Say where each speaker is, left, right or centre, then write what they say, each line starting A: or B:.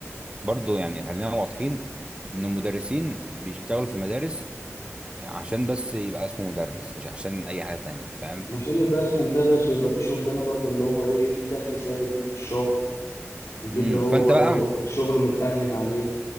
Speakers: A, on the right; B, on the left.
A: برضه يعني خلينا واضحين ان المدرسين بيشتغلوا في المدارس عشان بس يبقى اسمه مدرس مش عشان اي حاجه تانية فاهم
B: عشان يبقى اسمه مدرس ويبقى فيه شغلانة برضو اللي هو ايه فيه دخل ثابت ليه في الشهر وفيه
A: امم
B: اللي هو
A: فانت
B: برضو
A: بقى
B: الشغل متأمن عليه